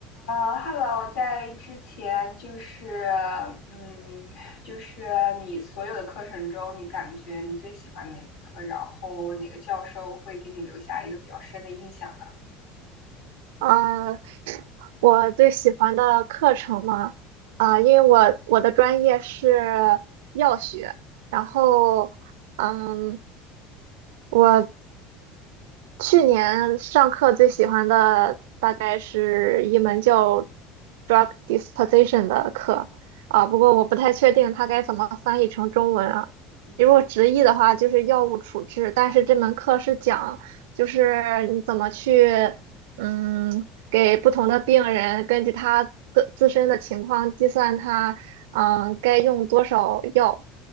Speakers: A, on the left; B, on the right.
A: 呃，Hello，在之前就是，嗯，就是你所有的课程中，你感觉你最喜欢哪门课？然后哪个教授会给你留下一个比较深的印象呢？
B: 呃，我最喜欢的课程嘛，啊、因为我我的专业是药学，然后，嗯，我。去年上课最喜欢的大概是一门叫 drug disposition 的课啊，不过我不太确定它该怎么翻译成中文啊。
A: <laughs>
B: 如果直译的话，
A: 嗯
B: 就是药物处置，但是这门课是讲就是你怎么去嗯给不同的病人根据他的自身的情况计算他嗯该用多少药。